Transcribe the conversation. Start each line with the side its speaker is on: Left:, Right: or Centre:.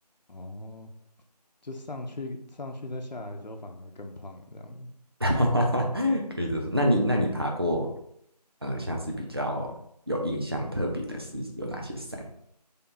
Left: 哦，就上去上去再下来的时候反而更胖了这样
Right: <laughs> 可以这么说。那你那你爬过呃像是比较有印象特别的是有哪些山？